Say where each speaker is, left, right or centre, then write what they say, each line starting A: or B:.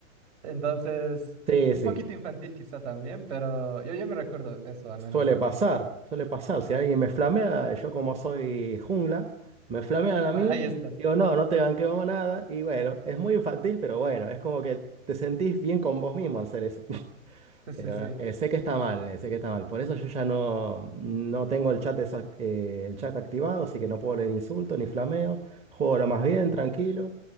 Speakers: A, on the right; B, on the right.
A: Entonces,
B: Sí,
A: un
B: sí.
A: poquito infantil quizá también, pero yo, yo me recuerdo eso, al menos
B: Suele
A: del LOL.
B: pasar, suele pasar. Si alguien me flamea, yo como soy jungla, me flamean a
A: Ah,
B: mí,
A: ahí está.
B: digo, no, no te ganqueo nada. Y bueno, es muy infantil, pero bueno, es como que te sentís bien con vos mismo al hacer eso.
A: Sí, sí,
B: Pero
A: sí.
B: eh, sé que está mal, eh, sé que está mal. Por eso yo ya no, no tengo el chat, desac- eh, el chat activado, así que no puedo leer insultos ni flameos. Juego lo más bien, tranquilo.